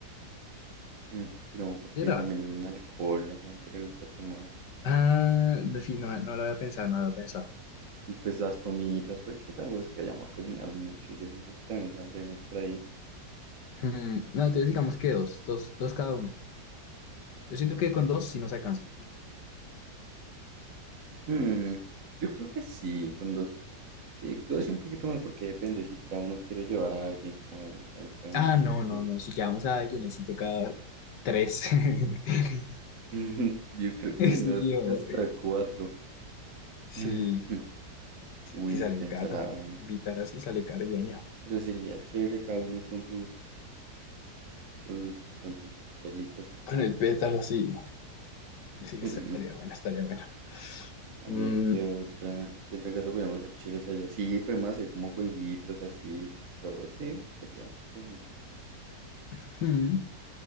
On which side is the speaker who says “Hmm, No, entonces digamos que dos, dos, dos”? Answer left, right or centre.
Left